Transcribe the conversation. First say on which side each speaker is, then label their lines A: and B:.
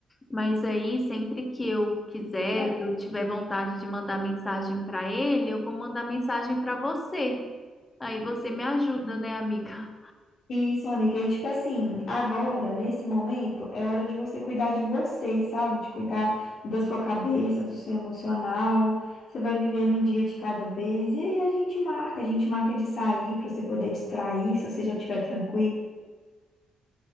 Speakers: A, on the left; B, on the left.
A: Mas aí, sempre que eu quiser,
B: né?
A: que eu tiver vontade de mandar mensagem para ele, eu vou mandar mensagem para você. Aí você me ajuda, né, amiga?
B: Isso, amiga. E tipo assim, agora, nesse momento, é hora de você cuidar de você, sabe? De cuidar da sua cabeça, do seu emocional. Você vai vivendo um dia de cada vez. E aí a gente marca, a gente marca de sair para você poder distrair, se você já estiver tranquila